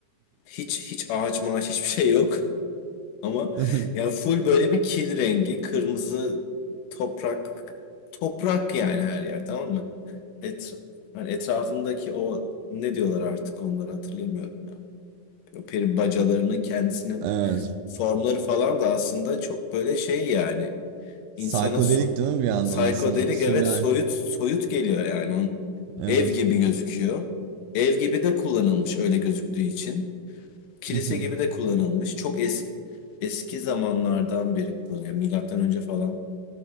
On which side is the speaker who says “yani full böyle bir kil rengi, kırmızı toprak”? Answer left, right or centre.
Left